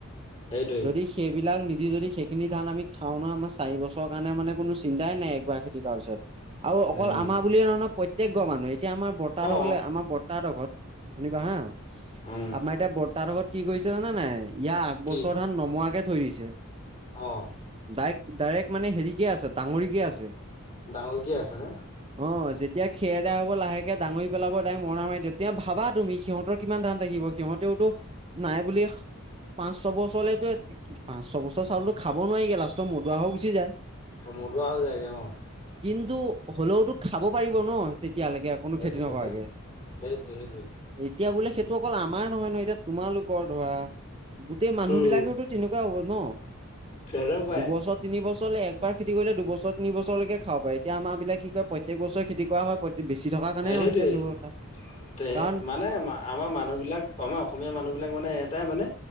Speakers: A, on the left (about 35°); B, on the right (about 25°).
A: সেইটোৱে
B: যদি সেইবিলাক নিদি যদি সেইখিনি ধান আমি খাওঁ নহ আমাৰ চাৰি বছৰৰ কাৰণে মানে কোনো চিন্তাই নাই একবাৰ খেতি কৰাৰ পিছত। আৰু অকল
A: উম
B: আমাৰ বুলিয়ে নহয় ন প্ৰত্যেকঘৰ মানুহে। এতিয়া আমাৰ বৰ্তাহতৰ
A: অ
B: ঘৰলে আমাৰ বৰ্তাহতৰ ঘৰত শুনিবা হা। ইস সি সা
A: উম
B: আমাৰ এতিয়া বৰ্তাহতৰ ঘৰত কি কৰিছে জানে নাই ইয়াৰ আগবছৰ
A: কি
B: ধান নমোৱাকে থৈ দিছে।
A: অ অ অ।
B: ডাইৰেক্ট ডাইৰেক্ট মানে হেৰিকে আছে ডাঙৰিকে আছে।
A: ডাঙৰিকে আছে নে?
B: অ যেতিয়া খেৰদৰা হ'ব লাহেকে ডাঙৰি পেলাব দাৰেক মৰণা মাৰি তেতিয়া ভাবা তুমি সিহঁত ভাবা কিমান ধান থাকিব সিহঁতেওতো নাই বুলি সা পাঁচ-ছয় বছৰলেতো এ কি পাঁচ-ছয় বছৰ চাউলটো খাব নোৱাৰিগে লাষ্টৰ মদুৱাহ হৈ গুচি যায়।
A: অ মদুৱা‌ হৈ যাইগে অ অ অ।
B: কিন্তু হলেওতো খাব পাৰিব ন তেতিয়ালৈকে কোনো
A: সেইটো
B: খেতি নকৰাকে।
A: কথা সেইটোৱেই সেইটোৱেই
B: এতিয়া বোলে সেইটো অকল আমাৰ নহয় নহয় এতিয়া তোমালোকৰ ধৰা গোটেই মানুহ
A: উম
B: বিলাকেওতো তেনেকুৱা হ'ব ন
A: তেনেকুৱাই
B: দুবছৰত তিন বছৰলৈ একবাৰ খেতি কৰিলে দুবছৰ তিনি বছৰলৈকে খাব পাৰি, এতিয়া আমাৰ বিলাক কি কৰে প্ৰত্যেক বছৰে খেতি কৰা হয় প্ৰত্যেক, বেছি থকাৰ কাৰণে
A: এ সেইটোৱে
B: হৈছে এনেকুৱা কথা
A: তে
B: কাৰণ
A: মানে আমাৰ মানুহ বিলাক আমাৰ অসমীয়া মানুহ বিলাক মানে এটাই মানে